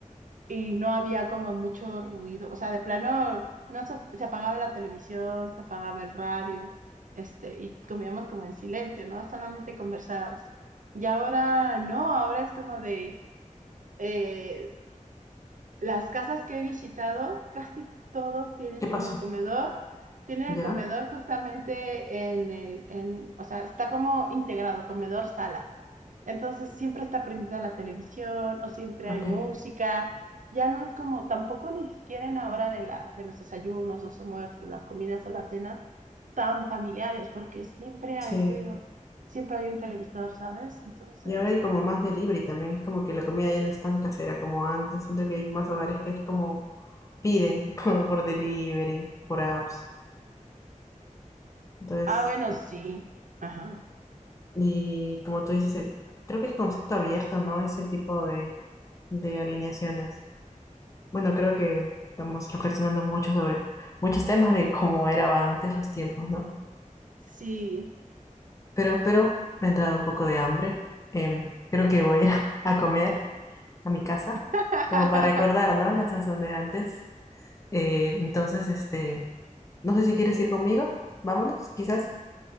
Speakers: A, on the right; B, on the left.
A: y no había como mucho ruido. O sea, de plano, no se, se apagaba la televisión, se apagaba el radio, este, y comíamos como en silencio, ¿no? Solamente conversabas. Y ahora no, ahora es como de, eh, Las casas que he visitado, casi todos tienen
B: ¿Qué
A: como
B: pasó?
A: el comedor. Tienen el
B: ¿Ya?
A: comedor justamente en el, en, o sea, está como integrado, comedor-sala. Entonces siempre está prendida la televisión o siempre
B: Ok,
A: hay música. Ya no es como tampoco ni siquiera en la hora de, la, de los desayunos, los almuerzos, las comidas o las cenas tan familiares, porque siempre hay
B: sí.
A: ruido, siempre hay un televisor, ¿sabes? Entonces,
B: Y ahora hay como más delivery también. Es como que la comida ya no es tan casera como antes. Siento que hay más hogares que es como piden <laughs> por delivery, por apps. Entonces,
A: ah, bueno, sí, ajá,
B: Y como tú dices, el, creo que es concepto abierto, ¿no? Ese tipo de, de alineaciones. Bueno, creo que estamos reflexionando mucho sobre muchos temas de cómo eran antes los tiempos, ¿no?
A: sí.
B: Pero, pero me ha entrado un poco de hambre. Em, creo que voy a ir <laughs> a comer a mi casa,
A: <laughs>
B: como para recordar, ¿no? La sazón de antes. Eh, entonces, este, no sé si quieres ir conmigo. Vámonos, quizás.